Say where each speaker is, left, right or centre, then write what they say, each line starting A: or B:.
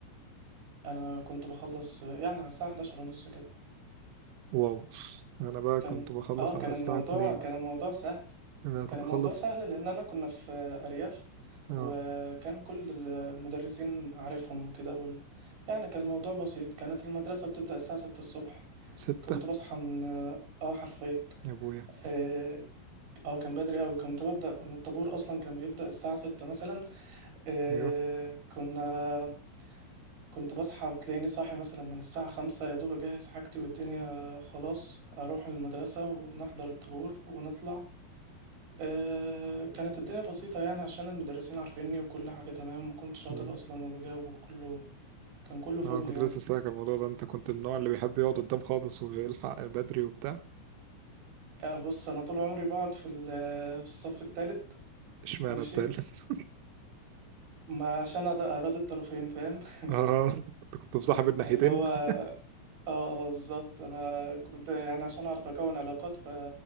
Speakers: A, on the right; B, on the right.
A: انا كنت بخلص آه، يعني على الساعه 11 ونص كده
B: واو انا بقى
A: كان
B: كنت بخلص
A: اه
B: على
A: كان
B: الساعه
A: الموضوع
B: 2
A: كان الموضوع سهل
B: انا كنت
A: كان الموضوع
B: اخلص
A: سهل لان انا كنا في آه، ارياف
B: اه
A: وكان كل المدرسين عارفهم وكده وال... يعني كان الموضوع بسيط كانت المدرسه بتبدا الساعه 6 الصبح
B: ستة
A: كنت بصحى من اه حرفيا
B: يا ابويا
A: اه آه، كان بدري قوي كنت ببدأ من الطابور اصلا كان بيبدأ الساعة ستة مثلا آه
B: ايوه
A: كنا كنت بصحى بتلاقيني صاحي مثلا من الساعة خمسة يا دوب اجهز حاجتي والدنيا خلاص اروح المدرسة ونحضر الطابور ونطلع آه كانت الدنيا بسيطة يعني عشان المدرسين عارفيني وكل حاجة تمام وكنت شاطر
B: مم.
A: اصلا وبجاوب وكله كان كله فل
B: انا كنت
A: يعني
B: لسه ساكت الموضوع ده انت كنت من النوع اللي بيحب يقعد قدام خالص ويلحق بدري وبتاع
A: آه بص انا طول عمري بقعد في ال- في الصف التالت
B: اشمعنى
A: ماشي
B: التالت <laughs>
A: ما عشان أد- أراضي الطرفين فاهم <laughs>
B: اه انت كنت مصاحب الناحيتين
A: اللي هو
B: <laughs>
A: اه آه، آه، بالظبط انا كنت يعني عشان اعرف اكون علاقات ف